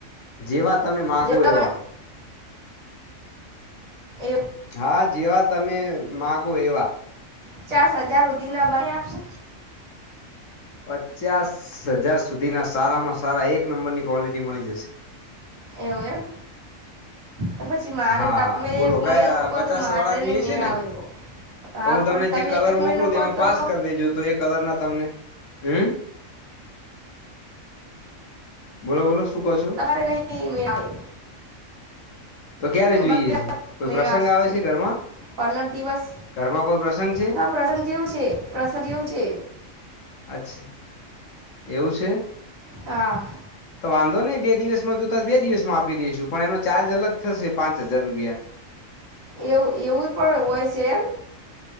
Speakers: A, on the left (about 75°); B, on the right (about 80°).
A: જેવા તમે માગો
B: જેવા
A: એવા.
B: એવું
A: હા જેવા તમે માગો એવા.
B: પચાસ હજાર સુધીનાં બનાઇ આપશો.
A: પચાસ હજાર સુધી ના સારામાં સારા એક નંબરની ક્વોલિટી મળી જશે.
B: એવું એમ. તો પછી મારે
A: હા
B: તમે
A: બોલો
B: એક
A: કયા
B: મહિનો કહ
A: પચાસ
B: તો મારે
A: વાળા જોઈએ
B: નહી મેળ
A: છે ને
B: આવે એવો. હા
A: તો હું
B: પણ
A: તમને
B: તમે
A: જે કલર
B: એક
A: મોકલું
B: મહિનો કહો
A: એમાં
B: તો
A: પાસ કરી દેજો તો એ કલર ના તમને. હમ બોલો બોલો શું કો છો.
B: મારે નહીં મેળ આવે
A: તો ક્યારે જોઈએ
B: બધા
A: છે કોઈ
B: મેળ
A: પ્રસંગ
B: આવશે
A: આવે છે ઘરમાં.
B: પંદર દિવસ
A: ઘરમાં કોઈ પ્રસંગ છે
B: હા પ્રસંગ જેવું છે પ્રસંગ જેવું છે.
A: અચ્છા એવું છે.
B: હા
A: તો વાંધો નહી બે દિવસમાં જોતા બે દિવસ માં આપી દઈશું પણ એનો ચાર્જ અલગ થશે પાંચ હજાર રૂપિયા.
B: એવું એવું પણ હોય છે એમ.